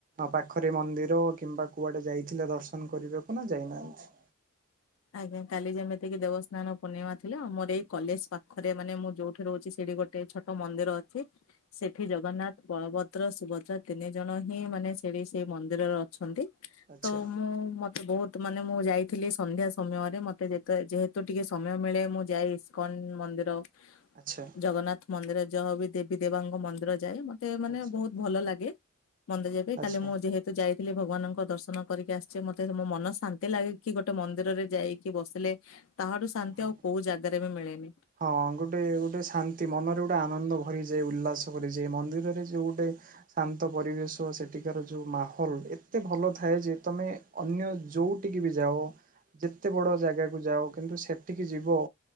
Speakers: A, on the right; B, on the left.
A: ପାଖରେ ମନ୍ଦିର କିମ୍ବା କୁଆଡେ ଯାଇଥିଲେ ଦର୍ଶନ କରିବାକୁ ନା ଯାଇନାହାନ୍ତି?
B: ଆଜ୍ଞା କାଲି ଯେମିତିକି ଦେବସ୍ନାନ ପୂର୍ଣ୍ଣିମା ଥିଲା ଆ ମୋର ଏଇ କଲେଜ ପାଖରେ ମାନେ ମୁଁ ଯୋଉଠୁ ରହୁଛି ସେଇଠି ଗୋଟେ ଗୋଟେ ଛୋଟ ମନ୍ଦିର ଅଛି। ସେଠି ଜଗନ୍ନାଥ, ବଳଭଦ୍ର, ସୁଭଦ୍ରା ତିନି ଜଣ ହିଁ ମାନେ ସେଠି ସେଇ ମନ୍ଦିରରେ ଅଛନ୍ତି
A: ଆଚ୍ଛା
B: ତ ମୁଁ ମତେ ବହୁତ ମାନେ ମୁଁ ଯାଇଥିଲି ସନ୍ଧ୍ୟା ସମୟରେ ମତେ ଯେ ଯେହେତୁ ଟିକେ ସମୟ ମିଳେ ମୁଁ ଯାଏ ଇସ୍କନ୍ ମନ୍ଦିର।
A: ଆଚ୍ଛା।
B: ଜଗନ୍ନାଥ ମନ୍ଦିର ଯହା ବି ଦେବୀ ଦେବାଙ୍କ ମନ୍ଦିର ଯାଏ ମତେ ମାନେ
A: ଆଚ୍ଛା
B: ବହୁତ ଭଲ ଲାଗେ। ମନ୍ଦିର ଯିଵା ପାଇଁ
A: ଆଚ୍ଛା
B: କାଲି ମୁଁ ଯେହେତ ତ ଯାଇଥିଲି ଭଗବାନଙ୍କ ଦର୍ଶନ କରିକି ଆସିଛି ମତେ ମୋ ମନ ଶାନ୍ତି ଲାଗେ କି ଗୋଟେ ମନ୍ଦିରରେ ଯାଇକି ବସିଲେ ତାହାଠୁ ଶାନ୍ତି
A: ହଁ
B: ଆଉ କୋଉ ଜାଗାରେ ବି ମିଳେନି।
A: ହଁ ଗୋଟେ ଗୋଟେ ଶାନ୍ତି ମନରେ ଗୋଟେ ଆନନ୍ଦ ଭରିଯାଏ ଉଲ୍ଲାସ ଭରିଯାଏ ମନ୍ଦିରରେ ଯୋଉଁ ଗୋଟେ ଶାନ୍ତ ପରିବେଶ ସେଠିକାର ଯୋଉ ମାହୋଲ ଏତେ ଭଲ ଥାଏ ଯେ ତମେ ଅନ୍ୟ ଯୋଉଠିକି ବି ଯାଅ ଯେତେ ବଡ଼ ଜାଗାକୁ ଯାଅ କିନ୍ତୁ ସେଠିକି ଯିବ